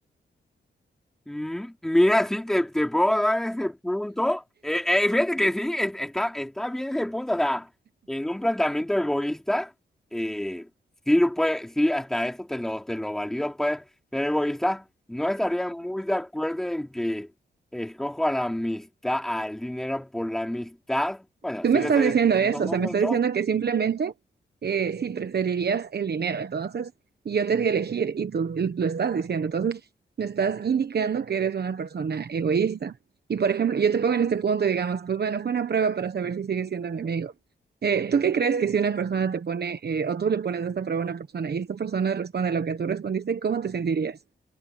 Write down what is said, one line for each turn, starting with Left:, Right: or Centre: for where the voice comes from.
Centre: Mm, Mira, sí, te, te puedo dar ese punto. Eh, eh, fíjate que sí, es- está, está bien ese punto. O sea, en un planteamiento egoísta, eh, sí, lo puede, sí, hasta eso te lo, te lo valido, puede ser egoísta. No estaría muy de acuerdo en que escojo a la amistad, al dinero por la amistad. Bueno,
Right: Tú
Centre: sí
Right: me estás
Centre: lo estoy
Right: diciendo
Centre: haciendo
Right: eso,
Centre: en estos
Right: o
Centre: momentos.
Right: sea, me estás diciendo que simplemente eh, sí preferirías el dinero, entonces, y yo te di a elegir y tú lo estás diciendo, entonces me estás indicando que eres una persona egoísta. Y por ejemplo, yo te pongo en este punto, digamos, pues bueno, fue una prueba para saber si sigues siendo mi amigo. Eh, ¿tú qué crees que si una persona te pone, eh, o tú le pones esta prueba a una persona y esta persona responde lo que tú respondiste, ¿cómo te sentirías?